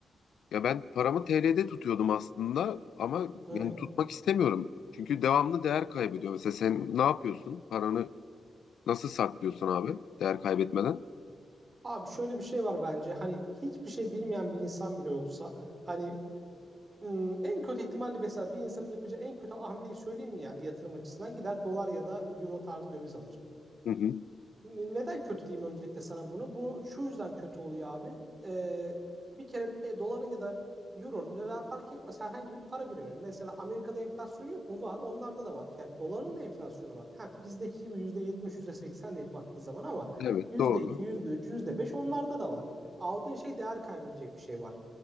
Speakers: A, on the left; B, on the right.
A: Ya ben paramı TL'de tutuyordum aslında ama
B: Hmm.
A: yani tutmak istemiyorum. Çünkü devamlı değer kaybediyor. Mesela sen ne yapıyorsun? Paranı nasıl saklıyorsun abi değer kaybetmeden?
B: Abi şöyle bir şey var bence. Hani hiçbir şey bilmeyen bir insan bile olsa hani Hmm, en kötü ihtimalle mesela bir insanın yapacağı en kötü hamleyi söyleyeyim mi yani yatırım açısından gider dolar ya da euro tarzı döviz alır.
A: Hı hı.
B: Neden kötü diyeyim öncelikle sana bunu? Bu şu yüzden kötü oluyor abi. Ee, bir kere e, doların ya da euronun ya da fark etmez herhangi bir para biriminin. Mesela Amerika'da enflasyon yok mu? Var. Onlarda da var. Yani doların da enflasyonu var. Ha, bizdeki gibi %70, %80 değil baktığı zaman ama
A: Evet
B: yüzde
A: doğru.
B: yüzde iki yüzde üç yüzde beş onlarda da var. Aldığın şey değer kaybedecek bir şey var.